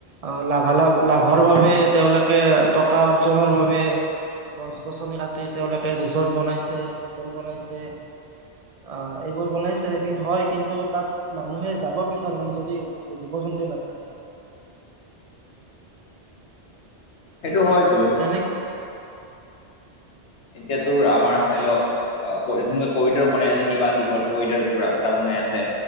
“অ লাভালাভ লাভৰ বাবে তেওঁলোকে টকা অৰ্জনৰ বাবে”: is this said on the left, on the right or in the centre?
Right